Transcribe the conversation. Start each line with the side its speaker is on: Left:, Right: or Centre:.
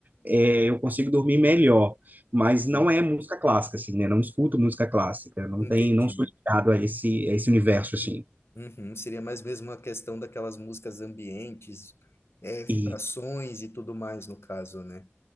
Right: é, eu consigo dormir melhor, mas
Left: uhum.
Right: não é música clássica, assim, né? Não escuto música clássica, não
Left: Entendi.
Right: tem, não sou ligado a esse, a esse universo, assim.
Left: Uhum. Seria mais mesmo uma questão daquelas músicas ambientes, é, vibrações
Right: E
Left: e tudo mais, no caso, né?